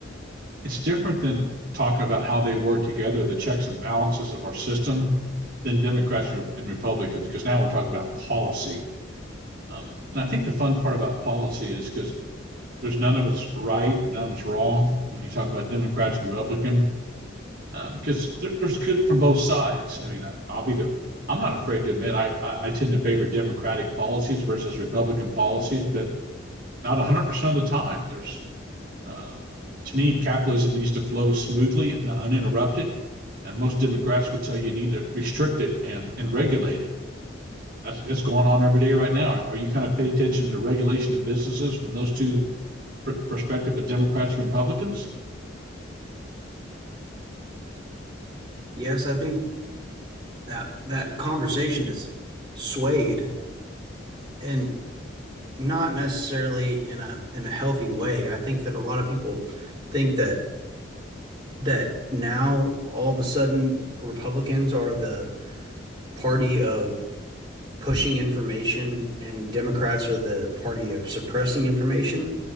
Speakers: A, on the right; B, on the right.
A: it's different than talking about how they work together, the checks and balances of our system than Democrats and Republicans, because now we're talking about policy. Um, and I think the fun part about policy is because there's none of it's right, or none of it's wrong. When you talk about Democrats and Republicans. because um, there, there's good from both sides. I mean, I, I'll be the I'm not afraid to admit I, I I tend to favor Democratic policies versus Republican policies, but not 100 percent of the time. There's um, to me, capitalism needs to flow smoothly and uninterrupted, and most Democrats would tell you you need to restrict it and and regulate it. That's that's going on every day right now. Are you kind of pay attention to the regulation of businesses from those two pr- perspective of Democrats and Republicans?
B: yes I think that that conversation is swayed and not necessarily in a in a healthy way I think that a lot of people think that that now all of a sudden Republicans are the party of pushing information and Democrats are the party of suppressing information